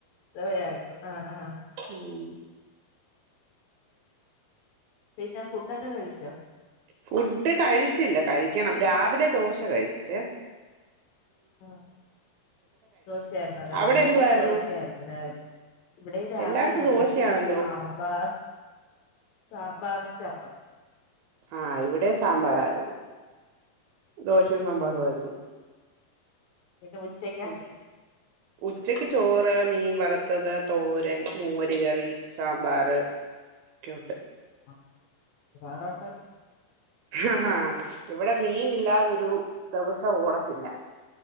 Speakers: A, on the left; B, on the right.
A: സയാക്കും ആഹ് ആഹ
B: ഉം
A: പിന്നെ ഫുഡ് കഴിച്ചോ
B: ഫുഡ് കഴിച്ചില്ല കഴിക്കണം കഴിക്കണം രാവിലെ ദോശ കഴിച്ചോ
A: ആ ദോശയായിരുന്നു രാവിലെ
B: അവിടെ
A: ഇവിടെയും
B: എന്തുവായിരുന്നു
A: ദോശയായിരുന്നു രാവിലെ ഇവിടെയും രാവിലെ
B: എല്ലായിടത്തും
A: ദോശയും
B: ദോശയാണല്ലോ
A: സാമ്പാർ സാമ്പാറും അപ്പം
B: ആഹ് ഇവിടെ സാമ്പാറായിരുന്നു ദോശം സാമ്പാറും
A: ആഹ്
B: ആയിരുന്നു
A: പിന്നെ ഉച്ചക്കാ
B: ഉ ഉച്ചക്ക് ചോറ് മീൻ വർത്തത് തോരൻ മോര് കറി സാമ്പാർ ഒക്കെ ഉണ്ട്
A: ആ വേറെണ്ടല്ലേ
B: ആഹ ആഹ ഇവിടെ മീൻ ഇല്ലാതൊരു ദിവസം ഓടത്തില്ല